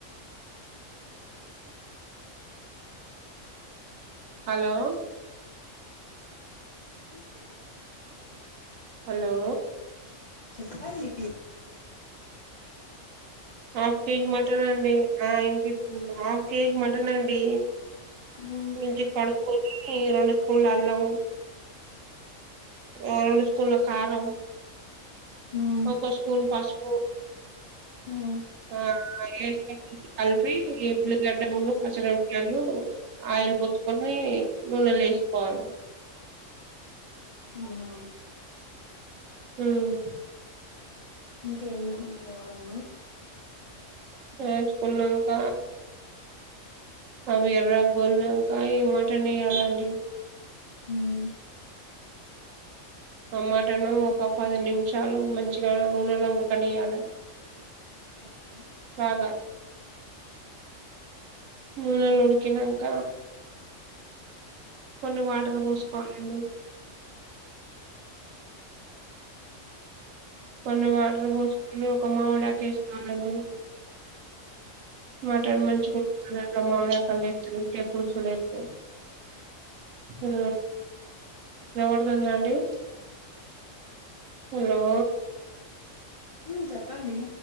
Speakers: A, on the right (about 85°); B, on the left (about 65°).
A: హలో
B: ఇప్పుడే
A: హలో
B: చెప్పాలి
A: హాఫ్ కేజీ మటన్ అండి ఆ విన్పిస్త్ హాఫ్ కేజీ మటన్ అండి
B: మ్మ్
A: మంచిది కొనుక్కుని రెండు స్పూన్లా అల్లం ఓ రెండు స్పూన్ల కారం
B: మ్మ్
A: ఒక స్పూన్ పసుపు
B: హ్మ్
A: ఆ పేస్ట్ లాగ కల్పి గడ్డలును పచ్మీర్పాకాయలు ఆయిల్ పోసుకొని నూనెలో వేసుకోవాలి.
B: అవునా
A: హ్మ్
B: ఇంకేం చేయాలండి
A: ఎంచుకున్నాక అవి ఎర్రాగ్ గోల్నాక ఈ మటన్ ఏయాలండి
B: హ్మ్
A: టమోటాలు ఒక పది నిమిషాలు మంచిగా నూనెలో ఉడక్ కలీయాల
B: ఓకే
A: బాగా నూనెలోనే తినంక కొన్ని వాటర్ పోసుకోండి కొన్ని వాటర్ పోసుకొని ఒక మామిడాకు వేసుకోవాలండి మటన్ మంచిగా ఉడుకుతది అట్లా మామిడకలేత్తే ఉకే పులుసులేత్తే. హా వినబడుతుందా అండి హలో
B: మ్మ్ చెప్పండి